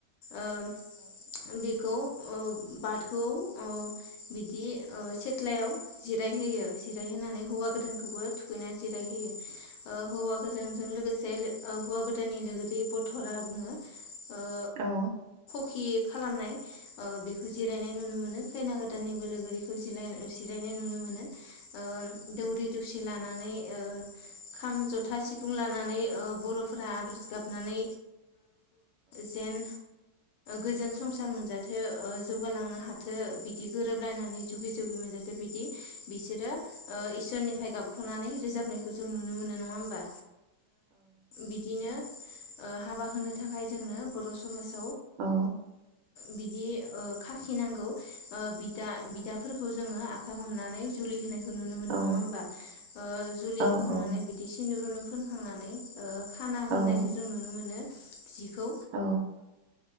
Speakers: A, on the left; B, on the right.
A: ओम बेखौ अ बाथौ ओ- बिदि ओ-सेथ्लायाव। जिराय होयो जिराय होनानै हौवा गोदानखौबो थुखैनानै। जिरायहोयो ओ-हौवा गोजानजों लोगोसे ओ-हौवा गोदाननि लोगोरि बरधरा बुङो। ओ-
B: औ
A: खि खालामनाय। ओ-बेखौ जिरायनाय नुनो मोनो खैना गो दाननिबो लोगोरिखौ जिरायना-जिरायनायखौ नुनो मोनो। ओ- दौरि दसि लाना ओ-खाम जथा सि सिफुं लानानै बर'फोरा आर'ज गाबनानै जेन गोजोन संसार मोनजाथो जौगालांनो हाथों बिदि गोरोबलायनानै जुगि जुगि मोनजाथों बिदि बिसोरो इसोरनिफ्राय गाब नानै रोजाबनायखौ खौ जों नुनो मोननाय नङा होमबा? बिदिनो हाबा होनो थाखाय जोंनो बर' समाज
B: औ
A: बिदि खाखिनांगौ बिदा बिदाफोरखौ जोङो आ आखाय हमनानै जुलि होनाय खौ नुनो
B: औ
A: मोनो नङा ओमबा ओ जुलि
B: नंगौ
A: होखांनानै बिदि सिनदुर फोनखांनानै खाना
B: नोंथां
A: होनायखौ जों नुनो मोनो। जिखौ
B: औ